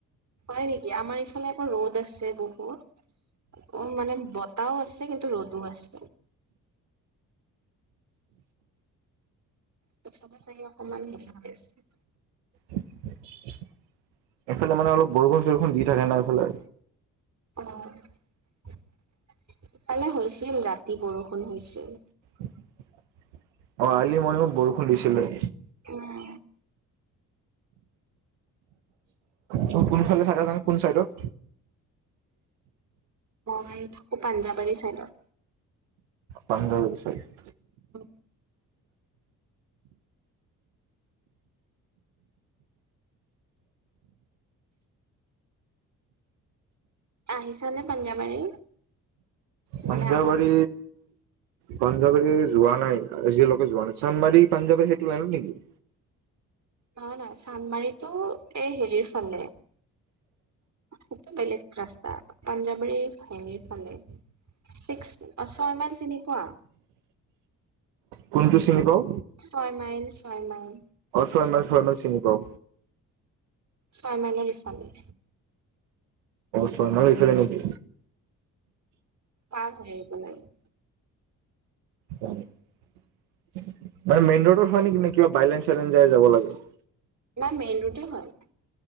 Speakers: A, on the right; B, on the right.
A: হয়াই নেকি আমাৰ ইফালে আকৌ ৰ'দ আছে বহুত অ মানে বতাও আছে কিন্তু ৰ'দো আছে। তাত চাগে অকমান হেৰি হৈ আছে
B: এইফালে মানে অলপ বৰষুণ-চৰষুণ দি থাকে ন এইফালে।
A: অ ইফালে হৈছিল ৰাতি বৰষুণ হৈছিল।
B: অ আৰলি মৰণিংত বৰষুণ দিছিলে।
A: উম
B: ত কোনফালে থাকা জানো কোন চাইডত।
A: মই থাকো পাঞ্জাবাৰী চাইডত।
B: পাঞ্জাবাৰী চাইডে?
A: উম আহিছা নে পাঞ্জাবাৰী?
B: পাঞ্জাবাৰী
A: মানে আহা নাই
B: পাঞ্জাবাৰী যোৱা নাই আজিলৈকে যোৱা নাই চান্দমৰি পাঞ্জাবাৰী সেইটো লাইনত নেকি?
A: নহয় নহয় চান্দমাৰিতো এই হেৰিৰ ফালে সেইটো বেলেগ ৰাস্তা পাঞ্জাবাৰী হেৰিৰ ফালে ছিক্স ছয় মাইল চিনি পোৱা?
B: কোনটো চিনি পাঁও?
A: ছয় মাইল, ছয় মাইল?
B: ছয় মাইল ছয় মাইল চিনি পাঁও।
A: ছয় মাইলৰ ইফালে।
B: ছয় মাইল হেইফালে নেকি?
A: পাৰ হৈ আহিব লাগে।
B: মানে মেইন ৰোডত হয় নেকি? নে কিবা বাইলেন-চাইলেন যাই যাব লাগে?
A: নাই মেইন ৰোডেই হয়,